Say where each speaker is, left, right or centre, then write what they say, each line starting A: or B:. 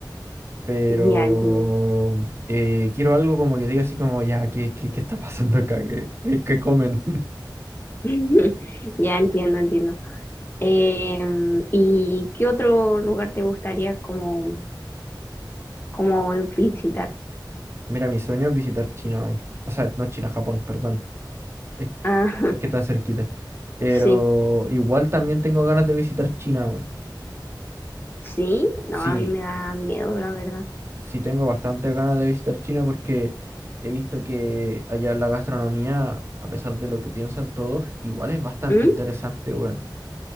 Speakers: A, on the right (about 35°); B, on the left (about 30°).
A: Pero
B: ya entiendo.
A: eh, quiero algo como que diga así como, ya, ¿qué, qué, qué está pasando acá? ¿Qué, qué, qué comen? <laughs>
B: <laughs> Ya entiendo, entiendo. Em, ¿y qué otro lugar te gustaría como como visitar.
A: Mira, mi sueño es visitar China, weón. O sea, no China, Japón, perdón. Es,
B: Ah,
A: es que está cerquita. Pero
B: <laughs> sí,
A: igual también tengo ganas de visitar China, weón.
B: sí, no,
A: Sí,
B: a mí me da miedo, la verdad.
A: sí tengo bastantes ganas de visitar China porque he visto que allá la gastronomía, a pesar de lo que piensan todos, igual es bastante
B: ¿Mm?
A: interesante, weón.